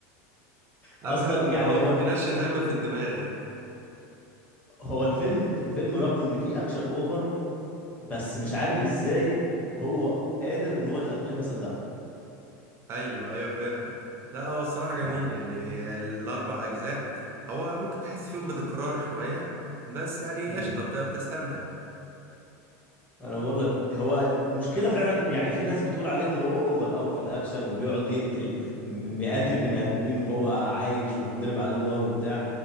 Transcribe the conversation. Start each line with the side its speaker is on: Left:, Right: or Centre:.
Right: <laughs>
Left: اصلا
Right: انا بحبه
Left: يعني
Right: ان هو
Left: هو
Right: بينشن دايما في الدماغ
Left: هو الفيلم الفيلم رغم ان فيه اكشن اوفر بس مش عارف ازاي هو قادر ان هو يخلينا نصدقه
Right: ايوه ايوه فهمتك لا هو الصراحة جميل
Left: يعني
Right: يعني الاربع اجزاء هو ممكن تحس فيهم بتكرار شوية بس يعني
Left: امم
Right: قشطة بت- بتستمتع
Left: انا بقول لك هو م- مشكله فعلا يعني في ناس بتقول عليه ان هو اوفر قوي في الاكشن وبيقعد يقتل م- مئات البني ادمين وهو عايش وبيتضرب عليه نار وبتاع